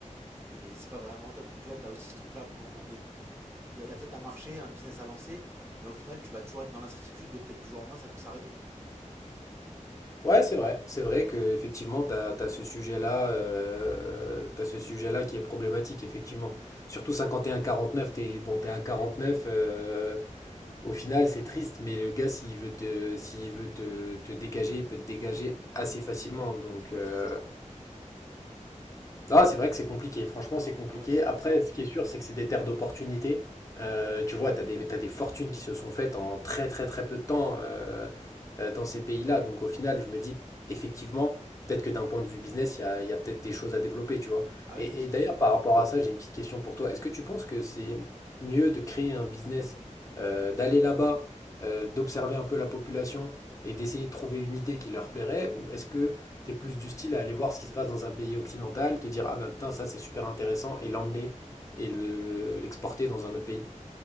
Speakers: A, on the right; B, on the left.
A: et c'est pas vraiment à toi. Donc tu vois, t'as aussi ce truc-là à prendre en compte, de, il y a, y a peut-être un marché, un business à lancer, mais au final tu vas toujours être dans l'incertitude de peut-être du jour au lendemain ça peut s'arrêter.
B: Ouais, c'est vrai. C'est vrai que effectivement, t'as, t'as ce sujet-là, euh, t'as ce sujet-là qui est problématique, effectivement. Surtout 51-49, t'es bon, t'es à 49. euh, au final, c'est triste, mais le gars, s'il veut te, s'il veut te, te dégager, il peut te dégager assez facilement. Donc,
A: Ouais,
B: euh,
A: c'est ça. Hmm.
B: Ah, c'est vrai que c'est compliqué. Franchement, c'est compliqué.
A: Non ouais, c'est
B: Après,
A: pas simple.
B: ce qui est sûr, c'est que c'est des terres d'opportunités. Euh, tu vois, tu as des, t'as des fortunes qui se sont faites en très, très, très peu de temps euh, euh, dans ces pays-là. Donc, au final, je me dis, effectivement, peut-être que d'un point de vue business, il y a, il y a peut-être des choses à développer, tu vois.
A: Ah
B: Et,
A: oui, mais c'est
B: et d'ailleurs,
A: sûr.
B: par rapport à ça, j'ai une petite question pour toi. Est-ce que tu penses que c'est mieux de créer un business, euh, d'aller là-bas, euh, d'observer un peu la population et d'essayer de trouver une idée qui leur plairait? Ou est-ce que T'es plus du style à aller voir ce qui se passe dans un pays occidental, te dire ah ben putain ça c'est super intéressant et l'emmener et le l'exporter dans un autre pays.